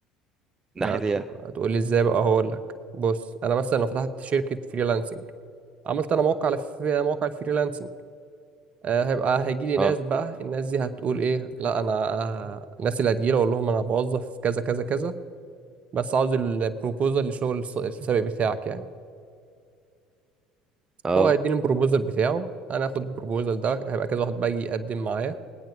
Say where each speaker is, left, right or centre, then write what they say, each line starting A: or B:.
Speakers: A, on the right (about 20°); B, on the right (about 45°).
A: ناحية
B: يعني هت-
A: ايه يعني
B: هتقول لي إزاي بقى هقول لك بص أنا مثلا لو فتحت شركة فريلانسنج عملت أنا موقع على في موقع الفريلانسنج آه، هيبقى هيجي لي ناس
A: اه
B: بقى الناس دي هتقول ايه لا انا آه، الناس اللي هتجي لي اقول لهم انا بوظف كذا كذا كذا بس عاوز البروبوزل للشغل الس- السابق بتاعك يعني
A: اه
B: هو هيديني البروبوزل بتاعه انا هاخد البروبوزل ده هيبقى كذا واحد بقى يجي يقدم معايا